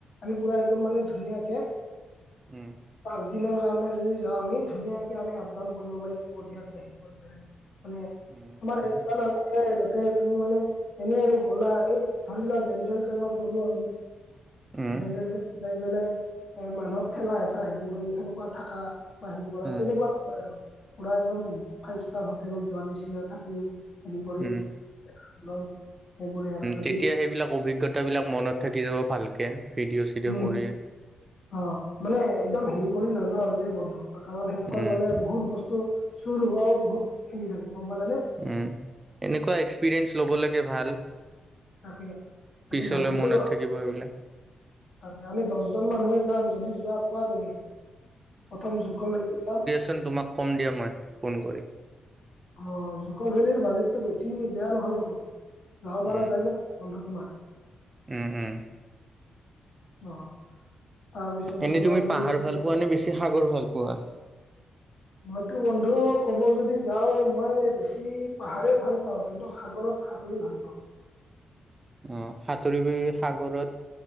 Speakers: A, on the left (about 60°); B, on the right (about 35°).
A: আমি পুৰা একদম মানে ধুনীয়াকে
B: উম',
A: পাঁচ দিনৰ কাৰণে যদি যাওঁ আমি, ধুনীয়াকে আমি আপ ডাউন কৰিব পাৰিম বঢ়িয়াকে হেৰি মানে
B: উম,
A: তোমাৰ
B: উম,
A: এনেকুৱা নালাগে যাতে তুমি মানে এনে আৰু গ'লা, এই ধৰি লোৱা জেনেৰেল ট্ৰেইনত গ'লো আমি।
B: উম,
A: জেনেৰেল ট্ৰেইনত যাই পেলাই, এ' মানুহৰ ঠেলা হেঁচা হেৰি কৰি সেনেকুৱা থাকা বা হেৰি কৰা
B: উম,
A: তেনেকুৱা নহয় আৰু পুৰা একদম ফাইভ ষ্টাৰ হোটেলত যোৱাৰ নিচিনা থাকিম। হেৰি কৰি
B: উম।
A: লম সেইবোৰে আৰু যদি
B: তেতিয়া সেইবিলাক অভিজ্ঞতাবিলাক মনত থাকি যাব ভালকে, ভিডিঅ'-চিডিঅ'
A: উম
B: কৰি
A: অ', মানে একদম হেৰি কৰি নাযাওঁ আৰু দেই বন্ধু। কাৰণ সেনেকৈ
B: উম।
A: গ'লে বহুত বস্তু, চুৰ হোৱাওঁ বহুত হেৰি থাকে গম পালে নে।
B: উম', এনেকুৱা এক্সপিৰিয়েন্ঞ্চ ল'ব লাগে ভাল।
A: তাকে
B: পিছলৈ
A: আমি ভাবিছোঁ
B: মনত থাকিব এইবিলাক।
A: তাকে আমি দহজন মানুহে যাম যদি যোৱা কোৱা তুমি, প্ৰথম জুকৰ ভেলি যাম।
B: তেন্তে তোমাক কম দিয়া মই, ফোন কৰি।
A: অ', জুকৰ ভেলিৰ বাজেতটো বেছি বেয়া নহয় দেখোন, যাব পৰা
B: উম,
A: যায় ন' বন্ধ তোমাৰ।
B: উম', উম',
A: অ', তাৰপিছতে
B: এনেই
A: তোমাৰ
B: তুমি
A: বুল
B: পাহাৰ
A: ষ্টেক
B: ভাল পোৱা নে, বেছি সাগৰ ভাল পোৱা?
A: মইতো বন্ধু ক'ব যদি যাওঁ মই বেছি পাহাৰে ভাল পাওঁ, কিন্তু সাগৰত সাঁতুৰি ভাল পাওঁ।
B: অ', সাতুৰিবি সাগৰত,